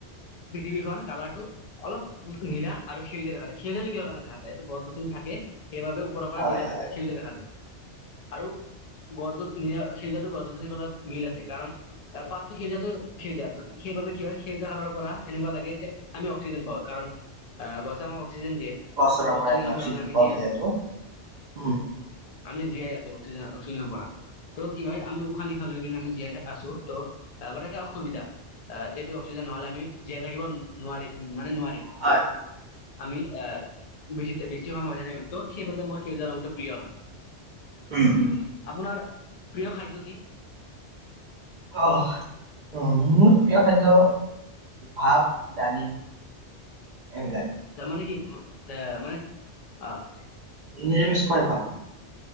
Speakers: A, on the left; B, on the right.
A: পৃথিৱীখন কালাৰটো অলপ নীলা আৰু সেউজীয়া দেখা যায়! সেউজীয়া কিহৰ কাৰণে দেখা যায়? এটো গছ গছনি থাকে সেইবাবে ওপৰৰ পৰা
B: হয়
A: নীলা,
B: হয়
A: সেউজীয়া দেখা যায়। আৰু গছ-গছজ সেজাটো গছ-গছনি কত মিল আছে কাৰণ পাতটো সিজাটো সেজা সেইবাবে কি হয় সেজা কালৰ এনেকুৱা লাগে যে আমি অক্সিজেন পাওঁ কাৰণ, অ', গছে আমাক অক্সিজেন দিয়ে
B: গছৰৰ
A: আৰু,
B: পৰা
A: অক্সিজেনৰ
B: অক্সিজেন
A: কাৰণে আমি
B: পাওঁ
A: জীয়াই
B: যিহেতু
A: আছোঁ।
B: উম
A: আমি জীয়াই আছো অক্সিজেনৰ অক্সিজেনৰ পৰা, ত' কি হয় আমি উশাহ নিশাহ লৈ কিনে আমি জীয়াই আছো ত' তাৰপৰা এটা সুবিধা অ'। এইটো অক্সিজেন নহ'লে আমি জীয়াই থাকিব নোৱাৰিম মানে নোৱাৰিম
B: হয়
A: আমি বেছি বেছি সময় বাচি থাক ত' সেইবাবে মোৰ সেউজীয়া ৰংটো প্ৰিয় হয়।
B: উম, উম।
A: আপোনাৰ প্ৰিয় খাদ্য কি?
B: অ', মোৰ প্ৰিয় খাদ্য ভাত, দালি। এইবিলাক
A: আচ্ছা মানে কি? এ মানে অ'।
B: নিৰামিষ কাই ভাল।